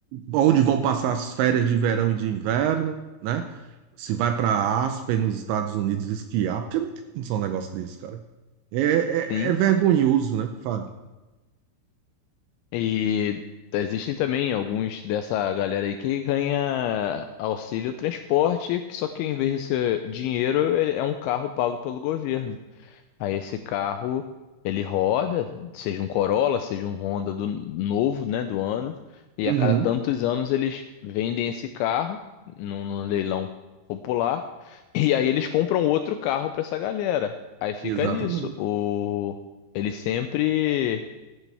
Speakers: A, on the right; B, on the left.
A: onde vão passar as férias de verão e de inverno, né? Se vai para Aspen, nos Estados Unidos, esquiar, porque não tem condição um negócio desse, cara. É, é,
B: Sim.
A: é vergonhoso, né, Fábio?
B: E existem também alguns dessa galera aí que ganha auxílio transporte, que só que em vez de ser dinheiro, ele é um carro pago pelo governo. Aí esse carro, ele roda, seja um Corolla, seja um Honda do novo, né, do ano, e
A: Uhum,
B: a cada tantos anos eles vendem esse carro num, num leilão popular, <laughs> e aí eles compram outro carro para essa galera. Aí fica
A: exatamente.
B: nisso. O ele sempre